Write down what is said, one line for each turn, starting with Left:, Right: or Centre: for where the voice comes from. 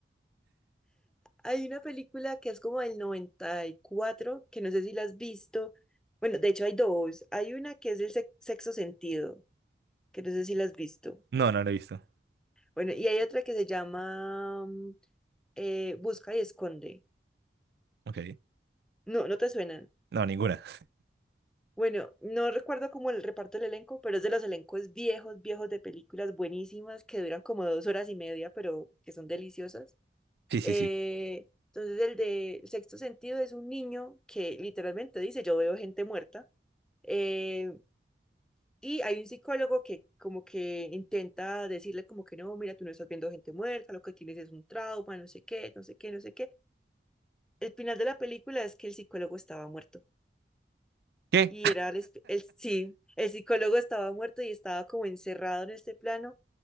Centre: hay una película que es como del 94 que no sé si la has visto. Bueno, de hecho hay dos. Hay una que es del sex- sexto sentido, que no sé si la has visto.
Right: No, no lo he visto.
Centre: Bueno, y hay otra que se llama mm, eh, Busca y Esconde.
Right: Ok.
Centre: No, no te suena.
Right: No, ninguna.
Centre: Bueno, no recuerdo como el reparto del elenco, pero es de los elencos viejos, viejos de películas buenísimas que duran como dos horas y media, pero que son deliciosas.
Right: Sí, sí,
Centre: Eh,
Right: sí.
Centre: entonces, el de Sexto Sentido es un niño que literalmente dice, yo veo gente muerta. Eh, y hay un psicólogo que como que intenta decirle como que no, mira, tú no estás viendo gente muerta, lo que tienes es un trauma, no sé qué, no sé qué, no sé qué. El final de la película es que el psicólogo estaba muerto.
Right: ¿Qué?
Centre: y era el, esp- el- sí, el psicólogo estaba muerto y estaba como encerrado en este plano